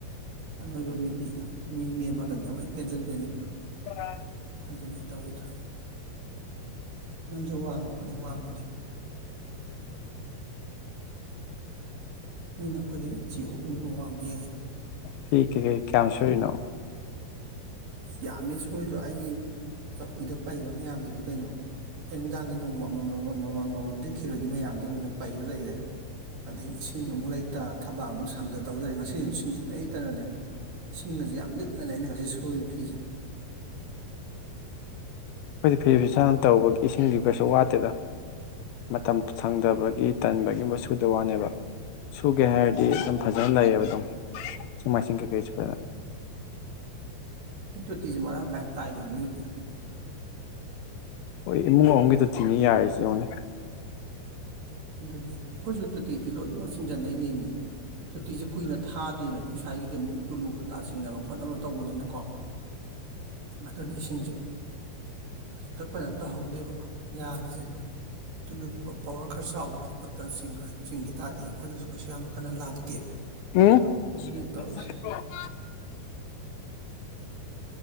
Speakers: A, on the right (about 55°); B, on the left (about 75°).
A: ꯑꯅꯣꯏꯕ ꯃꯤꯗꯤ ꯃꯤ ꯅꯦꯝꯃꯒꯗꯤ ꯑꯃꯨꯛ ꯍꯦꯟꯅ ꯇꯦꯟꯁꯟꯗꯣꯏꯅꯦꯕ
B: ꯑꯣ <unintelligible>
A: ꯑꯗꯨꯅꯦ ꯇꯧꯔꯤ ꯊ ꯅꯪꯁꯨ ꯋꯥꯡꯉꯤ ꯄꯣꯠꯅꯤ ꯋꯥꯡꯕꯨꯗꯤ ꯅꯣꯏꯅ ꯑꯈꯣꯏꯗꯩ ꯏꯟꯆꯤ ꯑꯍꯨꯝꯒꯨꯝꯕ ꯋꯥꯡꯕ ꯍꯦꯜꯂꯤ
B: ꯐꯤ ꯀꯩꯀꯩ ꯀꯌꯥꯝ ꯁꯨꯔꯤꯅꯣ
A: ꯏꯁ ꯌꯥꯝꯃꯤ ꯁꯨꯔꯤꯗꯣ ꯑꯩꯒꯤ ꯆꯧꯀ꯭ꯔꯤꯗ ꯄꯩꯕ ꯃꯌꯥꯝꯗꯨꯅꯤ ꯀꯩꯅꯣ ꯑꯌꯨꯛꯅꯨꯡꯗꯥꯡꯒꯤ ꯅꯣꯡꯃ ꯑꯃꯃꯝ ꯑꯃꯝ ꯑꯃꯃꯝ ꯑꯃꯃꯝ ꯂꯤꯠꯈꯤꯕꯒꯤ ꯃꯌꯥꯝꯗꯨ ꯌꯦꯡꯉꯨꯅꯦ ꯄꯩꯔ ꯂꯩꯔꯦ ꯑꯗꯒꯤ ꯏꯁꯤꯡ ꯑꯃꯨꯛ ꯂꯩꯇ ꯊꯕꯛ ꯑꯃꯨꯛ ꯁꯪꯗ ꯇꯧ ꯂꯩꯔꯦ ꯉꯁꯤꯁꯨ ꯏꯁꯤꯡ ꯁꯨꯡꯂꯩ ꯂꯩꯇꯅꯅꯦ ꯏꯁꯤꯡꯒꯖꯦ ꯌꯥꯝ ꯂꯤꯛꯅꯅꯦ ꯑꯩꯅ ꯉꯁꯤ ꯁꯨꯔꯤ ꯐꯤꯖꯦ
B: ꯑꯩꯈꯣꯏꯗꯤ ꯐꯤꯁꯨ ꯐꯤꯖꯥꯝ ꯇꯧꯕꯒꯤ ꯏꯁꯤꯡꯗꯤ ꯀꯩꯁꯨ ꯋꯥꯠꯇꯦꯗ ꯃꯇꯝ ꯁꯪꯗꯕꯒꯤ ꯇꯟꯕꯒꯤꯒꯨꯝꯕ ꯁꯨꯗ ꯋꯥꯅꯦꯕ ꯁꯨꯒꯦ ꯍꯥꯏꯔꯗꯤ ꯑꯗꯨꯝ ꯐꯖꯅ ꯂꯩꯌꯦꯕ ꯑꯗꯨꯝ ꯏꯁꯤꯡ ꯃꯥꯏꯁꯤꯡ ꯀꯩꯀꯩꯁꯨ ꯐꯖꯅ
A: ꯇꯣꯇꯤꯖꯤ ꯃꯔꯥꯡ ꯀꯥꯏꯅ ꯇꯥꯏꯗꯅ ꯅꯣꯏꯗꯤ
B: ꯍꯣꯏ ꯏꯃꯨꯡ ꯑꯍꯨꯝꯒꯤ ꯇꯣꯇꯤꯅꯤ ꯌꯥꯔꯤꯁꯤ ꯌꯦꯡꯉꯨꯅꯦ
A: ꯑꯗꯨꯅꯤ ꯑꯩꯈꯣꯏꯁꯨ ꯇꯣꯇꯤꯗꯤ ꯂꯣꯏꯅꯃꯛ ꯆꯤꯡꯖꯟꯅꯩꯅꯦꯃꯤ ꯇꯣꯇꯤꯖꯦ ꯀꯨꯏꯅ ꯊꯥꯗꯦꯃꯦ ꯑꯈꯣꯏ ꯁ꯭ꯋꯥꯏꯒꯤꯗꯤ ꯑꯃꯨꯛ ꯇꯨꯂꯨ ꯀꯩꯀꯥ ꯆꯤꯡꯅꯕ ꯈꯣꯠꯅꯕ ꯇꯧꯕꯅꯤꯅꯀꯣ ꯑꯗꯨꯅ ꯏꯁꯤꯡꯁꯦ ꯍꯦꯛꯇ ꯀꯩꯅꯣ ꯇꯧꯍꯧꯗꯦꯕ ꯌꯥꯕꯖꯦ ꯇꯨꯂꯨ ꯄ ꯄꯋꯔ ꯈꯔ ꯆꯥꯎꯕ ꯈꯣꯠꯄꯗ ꯆꯤꯡꯒ ꯆꯤꯡꯒꯤ ꯇꯥꯔꯗꯤ ꯑꯈꯣꯏꯗꯁꯨ ꯀꯩꯁꯨ ꯌꯥꯝ ꯀꯟꯅ ꯂꯥꯛꯇꯦꯕ
B: ꯎꯝ
A: ꯑꯗꯨꯅꯤ
B: <unintelligible>
A: ꯇꯧꯔꯤꯁꯦ